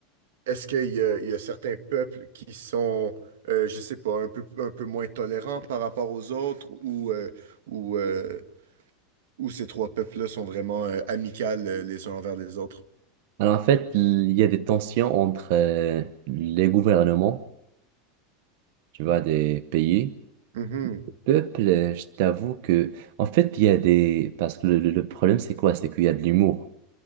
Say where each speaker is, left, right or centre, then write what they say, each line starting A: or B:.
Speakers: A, on the right; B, on the right.
A: est-ce qu'il y a, il y a certains peuples qui sont, euh, je sais pas, un peu, un peu moins tolérants par rapport aux autres ou, euh, ou, euh, ou ces trois peuples-là sont vraiment euh, amicales euh, les uns envers les autres?
B: Alors, en fait, il y a des tensions entre euh, les gouvernements, tu vois, des pays.
A: Mhm.
B: Peuple, euh, je t'avoue que, en fait, il y a des, parce que le, le- le problème, c'est quoi? C'est qu'il y a de l'humour.